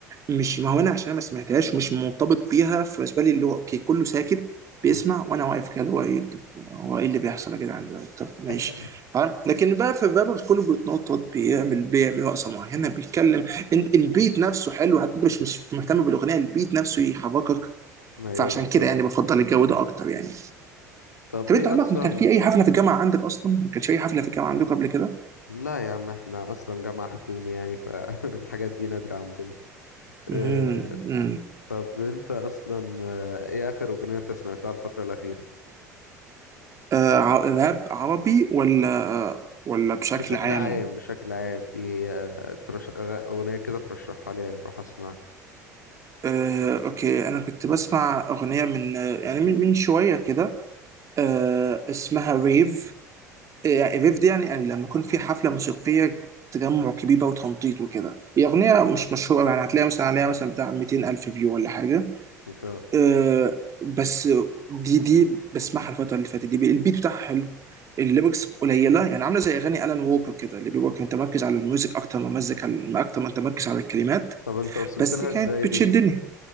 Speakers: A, on the right (about 35°); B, on the left (about 85°).
A: مش ما هو انا عشان ما سمعتهاش مش مرتبط بيها فبالنسبه لي اللي هو اوكي كله ساكت بيسمع
B: مم.
A: وانا واقف كده اللي هو ايه طب هو ايه اللي بيحصل يا جدعان دلوقتي طب
B: <laughs>
A: ماشي فاهم لكن بقى في الراب بس كله بيتنطط بيعمل بيعمل رقصه معينه بيتكلم انت البيت نفسه حلو حتى انت مش مش مهتم بالاغنيه البيت نفسه يحركك
B: ايوه
A: فعشان
B: بالظبط
A: كده يعني بفضل الجو ده اكتر يعني
B: طب
A: طب
B: ايه
A: انت عمرك
B: اصلا
A: ما كان في اي حفله في الجامعه عندك اصلا ما كانش في اي حفله في الجامعه عندك قبل كده
B: لا يا عم احنا اصلا جامعه حكومي يعني فالحاجات <laughs> دي نادره عندنا آه،
A: مهم. مم.
B: طب انت اصلا آه، ايه اخر اغنيه انت سمعتها الفتره الاخيره
A: آه، ع- راب عربي ولا ولا بشكل
B: بشكل
A: عام
B: عام بشكل عام ايه هي ترش... أغ- اغنية كده ترشحها لي اروح اسمعها
A: آه، اوكي انا كنت بسمع اغنيه من آه، يعني من من شويه كده آه، اسمها ريف يعني ريف دي يعني يعني لما يكون في حفله موسيقيه تجمع كبير بقى وتنطيط وكده هي اغنيه مش مشهوره يعني هتلاقيها مثلا عليها مثلا بتاع 200 الف فيو ولا حاجه
B: انت
A: آه بس دي دي بسمعها الفترة اللي فاتت دي البيت بتاعها حلو الليركس قليلة يعني عاملة زي أغاني ألان ووكر كده اللي بيبقى متمركز على الميوزك أكتر ما مزك على أكتر ما تمركز على الكلمات
B: طب انت وصلت
A: بس
B: لها
A: كانت
B: ازاي
A: بتشدني
B: دي